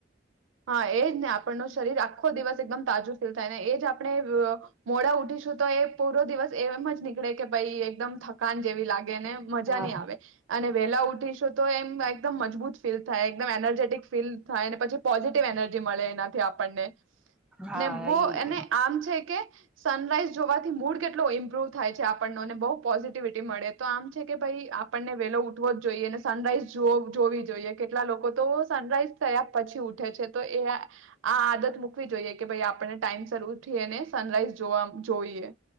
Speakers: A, on the right; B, in the centre.
A: હા એજ ને આપણ નો શરીર આખો દિવસ એકદમ તાજું ફીલ થાય ને એજ આપણે મોડા ઉઠીશું તો એ પૂરો દિવસ એમ જ નીકળે કે ભાઈ એકદમ થકાન જેવી લાગે ને મજા
B: હા
A: નહી આવે. અને વેલા ઉઠીશું તો એમ એકદમ મજબૂત ફીલ થાય એકદમ એનર્જેટિક ફીલ થાય ને પછી એનર્જી મળે એનાથી આપણને.
B: હા
A: ને બો
B: ઈ
A: એને આમ છે કે સનરાઈઝ જોવાથી મૂડ કેટલો ઇમ્પ્રુવ થાય છે આપણનો બહુ પોઝિટિવિટી મળે તો આમ છે કે ભાઈ આપણને વેલો ઉઠવો જ જોઈએ ને સનરાઈઝ જો જોવી જોઈએ કેટલા લોકો તો સનરાઈઝ થયા પછી ઉ ઉઠે છે તો એ આ આદત મુૂકવી જોઈએ કે ભાઈ આપને ટાઈમ શ ઉઠીને સનરાઈઝ જોવા જોઈએ.